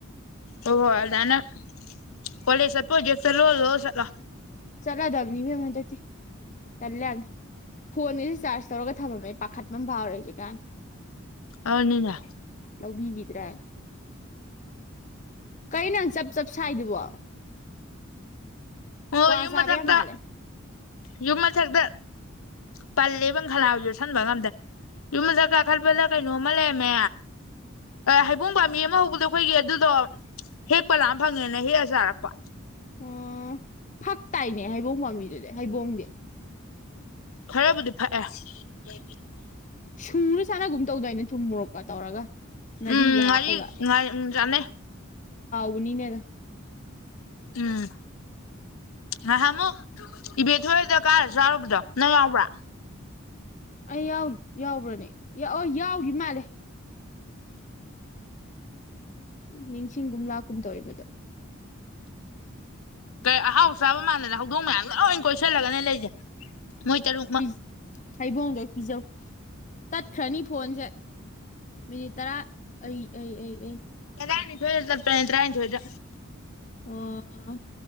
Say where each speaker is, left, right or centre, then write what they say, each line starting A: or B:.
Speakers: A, on the left; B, on the left.
A: ꯍꯣ ꯍꯣ ꯑꯗꯥꯏꯅ ꯀꯣꯂꯦꯖ ꯆꯠ <unintelligible>
B: ꯆꯠꯂꯗꯕꯅꯤ ꯏꯕꯦꯝꯝ ꯍꯟꯗꯛꯇꯤ ꯇꯜꯂꯦ ꯌꯥꯝꯅ ꯐꯣꯟꯒꯤꯁꯤ ꯆꯥꯔꯖ ꯇꯧꯔꯒ ꯊꯝꯃꯝꯃꯦ ꯄꯥꯈꯠꯄ ꯑꯃ ꯐꯥꯎꯔꯦ ꯍꯧꯖꯤꯛꯀꯥꯟ
A: ꯑꯅꯤꯅ
B: ꯂꯧꯕꯤꯒꯤꯗ꯭ꯔ ꯀꯩꯅꯣ ꯅꯪ ꯆꯞ ꯆꯞ ꯁꯥꯏꯗꯨꯕꯣ
A: ꯑꯣ
B: ꯀ꯭ꯋꯥ
A: ꯌꯨꯝ
B: ꯆꯥꯕ
A: ꯃꯊꯛꯇ
B: ꯌꯥꯝ ꯃꯥꯜꯂꯦ
A: ꯌꯨꯝ ꯃꯊꯛꯇ ꯄꯜꯂꯦꯕ ꯈꯅꯥꯎ ꯌꯣꯠꯁꯟꯕ ꯉꯝꯗꯦ ꯌꯨꯝ ꯃꯊꯛ ꯀꯥꯈꯠꯄꯗ ꯀꯩꯅꯣꯝꯃ ꯂꯩꯔꯝꯃꯦ ꯍꯩꯕꯣꯡ ꯄꯥꯝꯕꯤ ꯑꯃ ꯍꯧꯕꯗꯣ ꯑꯩꯈꯣꯏꯒꯤ ꯑꯗꯨꯗꯣ ꯍꯦꯛꯄ ꯂꯥꯝ ꯐꯪꯉꯦꯅ ꯍꯦꯛꯑ ꯆꯥꯔꯛꯄ
B: ꯎꯝ ꯐꯥꯛ ꯇꯥꯏꯅꯦ ꯍꯥꯏꯕꯧꯡ ꯄꯥꯝꯕꯤꯁꯦ ꯍꯩꯕꯣꯡꯗꯤ
A: ꯈꯔꯕꯨꯗꯤ ꯐꯛꯑꯦ <inaudible>
B: ꯁꯨꯔꯥ ꯆꯥꯅꯒꯨꯝ ꯇꯧꯗꯥꯏꯅꯦ ꯊꯨꯝ ꯃꯣꯔꯣꯛꯀ ꯇꯧꯔꯒ ꯉꯥꯔꯤꯒ
A: ꯎꯝ ꯉꯥꯔꯤ
B: ꯍꯥꯞꯄꯒ
A: ꯉ ꯎꯝ ꯆꯥꯅꯩ
B: ꯄꯨꯅꯤꯅꯦꯗ
A: ꯎꯝ ꯉꯥꯏꯍꯥꯛꯃꯨꯛ ꯏꯕꯦꯊꯣꯏ ꯍꯣꯏꯗ ꯀꯥꯔ ꯆꯥꯔꯨꯕꯗꯣ ꯅꯪ ꯌꯥꯎꯕ꯭ꯔꯥ
B: ꯑꯩ ꯌꯥꯎ ꯌꯥꯎꯕ꯭ꯔꯅꯦ ꯌꯥꯎꯒꯤ ꯃꯥꯜꯂꯦ ꯅꯤꯡꯁꯤꯡꯒꯨꯝ ꯂꯥꯛꯀꯨꯝ ꯇꯧꯋꯦ ꯃꯗꯣ
A: ꯀꯩ ꯑꯍꯥꯎ ꯆꯥꯕ ꯃꯥꯟꯗꯅ ꯍꯧꯗꯣꯡ ꯃꯌꯥꯝ ꯂꯣꯏ ꯀꯣꯏꯁꯤꯜꯂꯒꯅꯦ ꯂꯩꯖꯦ ꯃꯣꯏ ꯇꯔꯨꯛ
B: ꯄꯤꯖ
A: ꯃꯛ
B: ꯍꯩꯕꯣꯡꯗꯣ ꯍꯦꯛ ꯄꯤꯖꯧ ꯇꯠꯈ꯭ꯔꯅꯤ ꯐꯣꯟꯁꯦ ꯃꯤꯅꯤꯠ ꯇꯔꯥ ꯑꯩ ꯑꯩ ꯑꯩ ꯑꯩ
A: ꯇꯔꯥꯅꯤꯊꯣꯏꯗ ꯇꯥꯠꯄꯅꯦ ꯇꯔꯥꯅꯤꯊꯣꯏꯗ
B: ꯑꯣ